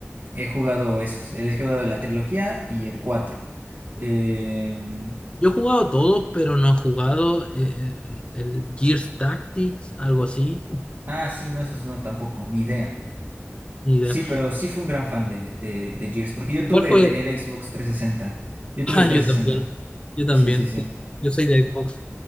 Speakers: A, on the right (about 45°); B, on the left (about 25°).
A: he jugado esos. He jugado la trilogía y el cuatro Em,
B: Yo he jugado todos, pero no he jugado eh, el, el Gears Tactics, algo así.
A: ah, sí, no, esos no, tampoco, ni idea.
B: Ni idea.
A: Sí, pero sí fue un gran fan de, de, de Gears, porque yo tuve
B: ¿Cuál fue?
A: el, el Xbox trescientos sesenta Yo tuve
B: Ah,
A: el trescientos
B: yo también,
A: sesenta
B: yo también,
A: Sí, sí, sí.
B: sí. Yo soy de Xbox.